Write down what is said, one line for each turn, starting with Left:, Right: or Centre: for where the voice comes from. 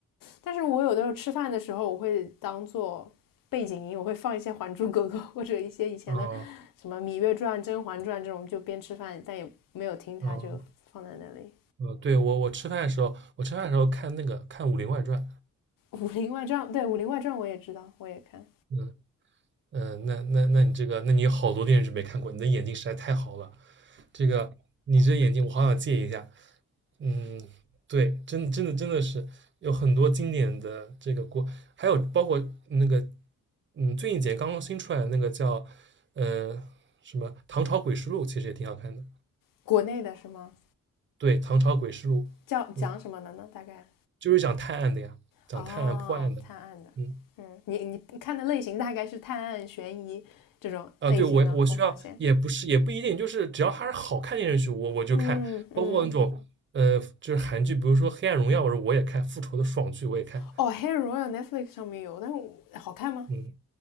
Left: 但是我有的时候吃饭的时候，我会当做背景音，我会放一些《还珠格格》或者一些以前的
Right: 啊
Left: 什么《芈月传》《甄嬛传》这种，就边吃饭，但也没有听它，
Right: 啊
Left: 就放在那里。
Right: 啊，对我我吃饭的时候，我吃饭的时候看那个看《武林外传》，
Left: 《武林外传》对，《武林外传》我也知道，我也看。
Right: 嗯。嗯，那那那你这个，那你有好多电视剧没看过，你的眼睛实在太好了。这个，你这眼睛我好想借一下。嗯，对，真真的真的是有很多经典的这个国，还有包括那个，嗯，最近几年刚刚新出来的那个叫，呃，什么《唐朝诡事录》，其实也挺好看的。
Left: 国内的是吗？
Right: 对，《唐朝诡事录》，
Left: 叫讲什么的呢？
Right: 嗯，
Left: 大概
Right: 就是讲探案的呀，讲探案破案的。
Left: 哦，探案的，
Right: 嗯。
Left: 嗯，你你看的类型大概是探案、悬疑这种类型呢？
Right: 啊，对，我我需要也不是也不一定，
Left: 我发现。
Right: 就是只要它是好看电视剧，我我就看，
Left: 嗯嗯，
Right: 包括那种呃，就是韩剧，比如说《黑暗荣耀》，我说我也看，《复仇》的爽剧我也看，
Left: 哦，《黑人荣耀》Netflix 上面有，但是好看吗？
Right: 嗯，